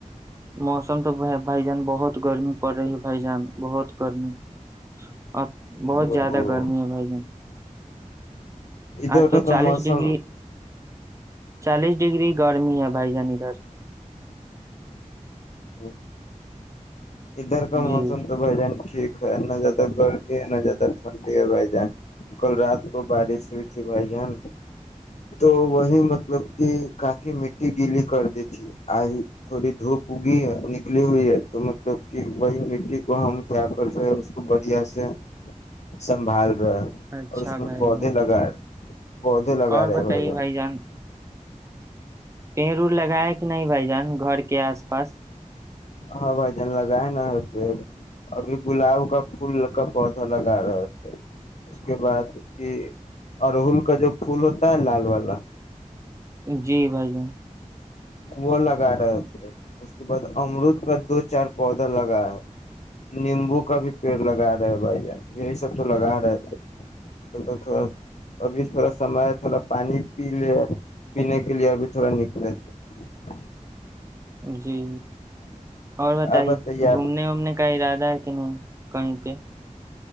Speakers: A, on the right; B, on the left.
A: موسم تو بھائی جان بہت گرمی پڑ رہی ہے بھائی جان بہت گرمی اور بہت
B: او
A: زیادہ گرمی ہے بھائی جان
B: ادھر
A: آ
B: کا
A: تو چالیس
B: موسم
A: ڈگری چالیس ڈگری گرمی ہے بھائی جانی اچ
B: ہ ادھر کا
A: جی
B: موسم تو بھ جان کھی نہ زیادہ گرمی ہے نہ زیادہ ٹنڈی ہے بھائی جان کل رات کو بارش ہوئی تھی بھائی جان تو وہی مطلب کہ کافی مٹی گیلی کرتی تھی آج تھوڑی دھوپ اگی ہے نکلی ہوئی ہے تو مطلب کہ وہی مٹی کو ہم کیا کر رہے اس کو بڑھیا سے سنبھال ا
A: اچھا
B: اور اس میں
A: بھائی
B: پودے
A: جان
B: لگا پودے لگا
A: اور
B: رہے
A: بتائیے
B: ہو ج
A: بھائی جان پیڑ اڑ لگایا کہ نہیں بھائی جان گھر کے آس پاس
B: ہاں بھائی جان لگا لگائے نہ پ ابھی گلاب کا پھول کا پودا لگا رہے تھے اس کے بعد کہ رل کا جو پھول ہوتا ہے لال والا
A: جی بھائی
B: وہ لگا رہے تھے اس کے بعد امرد کا دو چار پودا لگا نیمبو کا بھی پیڑ لگا رہے بھ جان یہی سب تو لگا رہے تھے تھڑا ابھی تھوڑا سمے تھوڑا پانی پی لے پینے کے لیے ابھی تھوڑا نکلے تھ
A: جی اور پت
B: آپ بتائیے
A: ہی
B: آپ
A: گھومنے وومنے کا ارادہ ہے کہ نہیں کہیں پہ